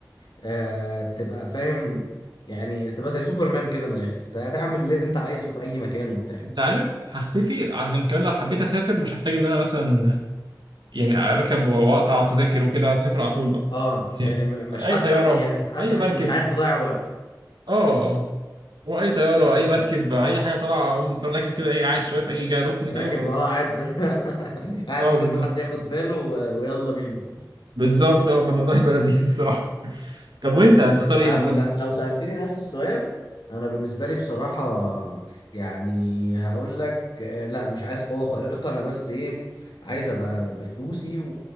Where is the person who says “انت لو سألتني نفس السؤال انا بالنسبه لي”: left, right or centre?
Left